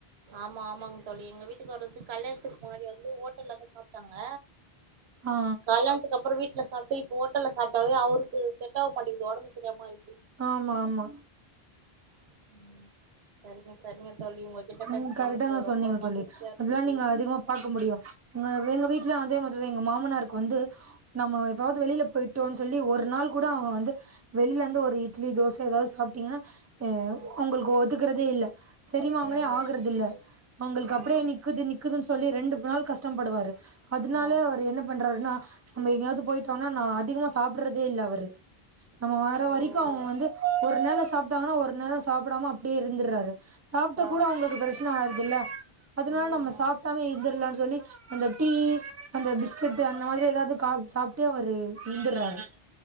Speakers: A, on the right (about 80°); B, on the right (about 20°).
A: ஆமா ஆமாங்க தோழி எங்க வீட்டுகாரர்த்க் கல்யாணத்துக்கு முன்னாடி வந்து ஓட்டல்லதா சாப் ட்டாங்க
B: ஆ
A: கல்யாணத்துக்கு அப்றோ வீட்ல சாப்ட்டு இப்ப ஹோட்டல்ல சாப்ட்டாவே அவருக்கு செட் ஆவ் மாட்டிங்து ஒடம்பு சரியாம ஆயிடுது
B: ஆமா ஆமா
A: <inaudible> சரிங்க தோழி உங்ககிட்ட
B: ம்
A: பேசுனது
B: கரெக்டா
A: எனக்கு
B: தான்
A: ரொம்ப
B: சொன்னீங்க
A: மகிழ்ச்சியா
B: சொல்லி
A: இருந்தது
B: அதெல்லாம் நீங்க அதிகமா பார்க்க முடியும் எங்க வீட்டுலாம் அதே மாதிரி எங்க மாமனார் வந்து நம்ம எதாவது வெளியில போயிட்டோம் சொல்லி ஒரு நாள் கூட அவங்க வந்து வெளியில இருந்து ஒரு இட்லி தோசை ஏதாவது சாப்பிட்டீங்கன்னா ஏ
A: ம்
B: உங்களுக்கு ஒத்துக்கறதே இல்லை சரிமாங்களே
A: ம்
B: ஆகுறது இல்ல அவங்களுக்கு
A: ம்
B: அப்படியே நக்குது நிக்குதுன்னு சொல்லி ரெண்டு நாள் கஷ்டப்படுவாரு அதனாலே
A: ஆ
B: அவரு என்ன பண்றாருன்னா நம்ம எங்கயாவது போயிட்டோம்னா நான் அதிகமா சாப்பிடுறது இல்லை அவரு நம்ம வாற
A: ஓ
B: வரைக்கும் அவங்க வந்து ஒரு நாள் சாப்பிட்டாங்கன்னா ஒரு நேரம் சாப்பிடாம அப்படியே இருந்துடுறாரு சாப்பிட்ட
A: ஆ
B: கூட உங்களுக்கு பிரச்சனை ஆ ல்ல அதனால
A: ம்
B: நம்ம சாப்பிட்டாமே இருந்திரலாம்னு சொல்லி அந்த டீ அந்த பிஸ்கெட்
A: ம்
B: அந்த மாதிரி ஏதாவது சாப்பிட்டே அவரு இருந்துடுறாரு